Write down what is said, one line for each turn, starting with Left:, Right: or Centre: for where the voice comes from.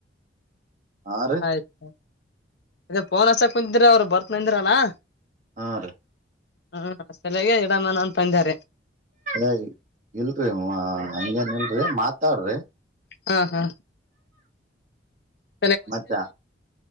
Right: ಹಾ ರೀ
Left: ಆಯ್ತ ಅದೇ ಫೋನ್ ಹಚ್ಚಕ್ ಕುಂತಿದಿರ <unintelligible> ಅವರು ಬರ್ತ್ನಂದಿರ ಅಲಾ
Right: ಆ ರೀ
Left: ಹ್ಮ್ ಸಲಾಗ <unintelligible> ಇಡಮನ ಅಂತ ಬಂದಾರೆ
Right: ಏ ಇಲ್ರಿ ಅ ಅಂಗೇನ್ ಇಲ್ರಿ ಮಾತಾಡ್ರಿ
Left: ಹಾ ಹಾ ಹ್ಮ್ಮ್.
Right: ಮತ್ತೆ